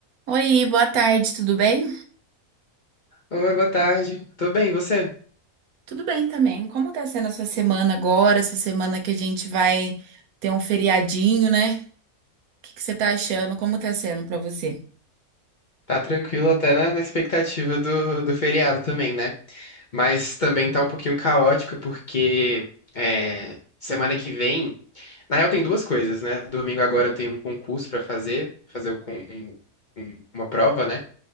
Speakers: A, on the right (about 75°); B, on the left (about 45°).
A: Oi, boa tarde, tudo bem?
B: Oi, boa tarde. Tô bem, e você?
A: Tudo bem também. Como tá sendo a sua semana agora? Essa semana que a gente vai ter um feriadinho, né? O que que você tá achando? Como tá sendo pra você?
B: Tá tranquilo até na, na expectativa do, do feriado também, né? Mas também tá um pouquinho caótico porque é, semana que vem, na real tem duas coisas, né? Domingo agora eu tenho um concurso pra fazer, fazer o con- um- um- uma prova, né?